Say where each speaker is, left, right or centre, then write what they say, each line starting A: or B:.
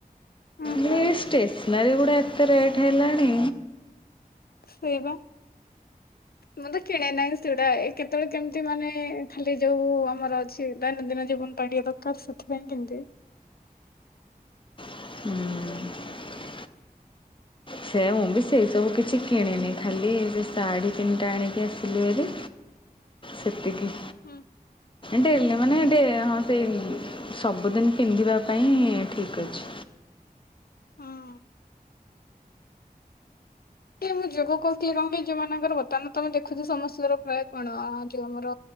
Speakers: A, on the left; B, on the left.
A: ହୁଁ
B: ନିଶ୍
A: ହୁଁ
B: ଷ୍ଟେ ସନାରୀ ଗୁଡ଼ା ଏତେ ରେଟ୍ ହେଲାଣି?
A: ସେଇବା ମୁଁ ତ କିଣେ ନାହିଁ ସେଟା ଏ କେତେବେଳେ କେମିତି ମାନେ ଖାଲି ଯୋଉ ଆମର ଅଛି ଦୈନନ୍ଦିନ ଜୀବନ ପାଇଁ ଟିକେ ଦରକାର ସେଥିପାଇଁ କିଣିଦିଏ।
B: ହୁଁ ସେ ମୁଁ ବି ସେଇ ସବୁ କିଛି କିଣିନି ଖାଲି ସେ ଶାଢ଼ୀ ତିନିଟା ଆଣିକି ଆସିଲି ବୋଲି ସେତିକି।
A: ହୁଁ।
B: ଡେଲି ମାନେ ଡେ ହଁ ସେ ସବୁଦିନ ପିନ୍ଧିବା ପାଇଁ ଠିକ୍ ଅଛି।
A: ହୁଁ। କି ମୁଁ ଯୋଗ କହୁଥିଲି କଣ କି? ସେମାନଙ୍କର ବର୍ତ୍ତମାନ ତମେ ଦେଖ୍ ଖୁଦୁ ସମସ୍ୟାର ପ୍ରାୟ କଣ ଆ ଯୋଉ ଆମର